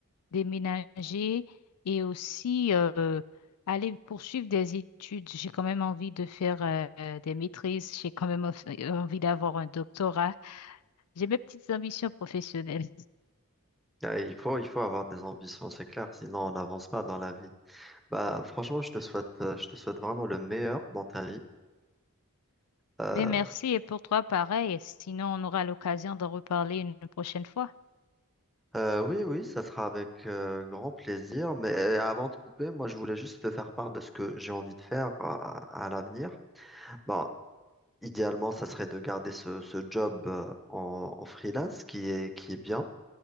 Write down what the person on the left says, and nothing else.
déménager et aussi euh, aller poursuivre des études. J'ai quand même envie de faire euh, des maîtrises, j'ai quand même enf- euh, envie d'avoir un doctorat. J'ai mes petites ambitions professionnelles.
Mais merci et pour toi pareil, sinon on aura l'occasion d'en reparler une prochaine fois.